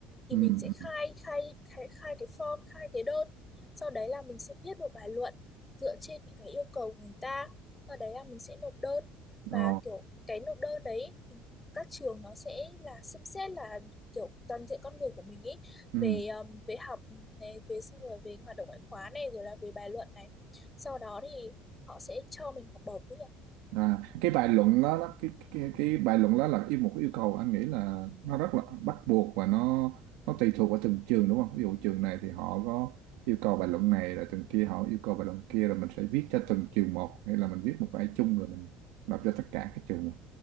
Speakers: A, on the left; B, on the right.
A: thì
B: ừ
A: mình sẽ
B: ừ
A: khai khai khai khai cái form khai cái đơn sau đấy là mình sẽ viết một bài luận dựa trên những cái yêu cầu của người ta. Ở đấy là mình sẽ nộp đơn
B: ồ
A: và kiểu cái nộp đơn đấy thì các trường nó sẽ là xem xét là kiểu toàn diện con người của mình ý
B: ừ
A: về um, về học này, về xong rồi về hoạt động ngoại khóa này rồi là về bài luận này. Sau đó thì họ sẽ cho mình học bổng ấy ạ.
B: À, cái bài luận đó, đó cái, cái cái bài luận đó là yêu một cái yêu cầu anh nghĩ là nó rất là bắt buộc và nó nó tùy thuộc vào từng trường đúng không? Ví dụ trường này thì họ có yêu cầu bài luận này là trường kia họ yêu cầu bài luận kia là mình sẽ viết cho từng trường một hay là mình viết một bài chung rồi mình nộp cho tất cả các trường này.